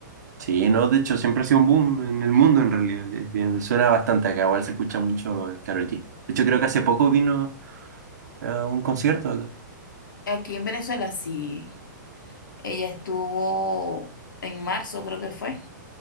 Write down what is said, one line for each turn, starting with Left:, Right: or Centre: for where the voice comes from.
Right: Sí, no, de hecho siempre ha sido un boom en el mundo en realidad, es bien- suena bastante acá, igual se escucha mucho el Karol G. De hecho creo que hace poco vino a un concierto acá.
Left: Aquí en Venezuela sí. Ella estuvo en marzo, creo que fue,